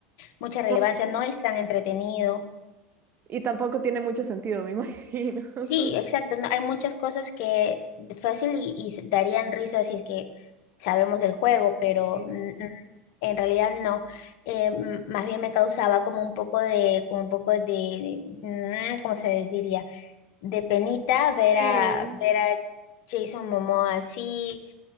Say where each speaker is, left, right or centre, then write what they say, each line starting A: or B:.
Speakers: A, on the left (about 60°); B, on the right (about 35°).
A: mucha relevancia,
B: con mucho,
A: no
B: sí.
A: es tan entretenido.
B: Y tampoco tiene mucho sentido, me imagino. <laughs>
A: Sí, exacto, no, hay muchas cosas que de fácil y, y se- darían risa si es que sabemos el juego, pero
B: Sí,
A: mm, mm, en realidad no. Eh, m- más bien me causaba como un poco de, como un poco de, mm, ¿cómo se diría? De penita ver
B: sí,
A: a, ver a Jason Momoa así.